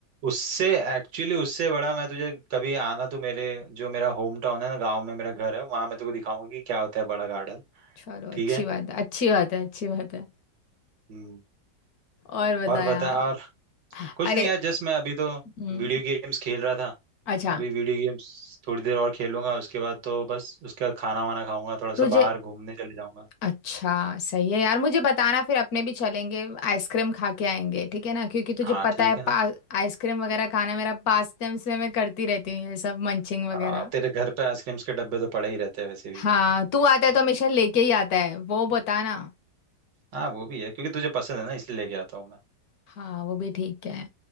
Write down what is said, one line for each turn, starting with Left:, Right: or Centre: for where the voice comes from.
Right: उससे एक्चुअली उससे बड़ा मैं तुझे कभी आना तू मेरे जो मेरा होम टाउन है ना गांव में मेरा घर है वहां मैं तुझे दिखाऊंगा कि क्या होता है बड़ा गार्डन
Left: चलो
Right: ठीक
Left: अच्छी
Right: है
Left: बात है अच्छी बात है अच्छी बात है
Right: हम्म
Left: और बता
Right: और बता
Left: यार
Right: और कुछ
Left: अरे
Right: नहीं यार जस्ट मैं अभी तो
Left: हम्म
Right: वीडियो गेम्स खेल रहा था
Left: अच्छा
Right: अभी वीडियो गेम्स थोड़ी देर और खेलूंगा उसके बाद तो बस उसके बाद खाना वाना खाऊंगा थोड़ा सा
Left: तुझे
Right: बाहर घूमने चले जाऊंगा
Left: अच्छा सही है यार मुझे बताना फिर अपने भी चलेंगे आइसक्रीम खा के आएंगे ठीक है ना क्योंकि तुझे
Right: हाँ
Left: पता
Right: ठीक
Left: है
Right: है ना
Left: पा आइसक्रीम वगैरह खाना मेरा पास टाइम से मैं करती रहती हूँ ये सब मंचिंग वगैरह
Right: हाँ, तेरे घर पे आइसक्रीम्स के डब्बे तो पड़े ही रहते हैं वैसे भी
Left: हाँ तू आता है तो हमेशा लेके ही आता है वो बताना
Right: हाँ वो भी है क्योंकि तुझे पसंद है ना इसलिए लेके आता हूँ मैं
Left: हाँ वो भी ठीक है
Right: हम्म।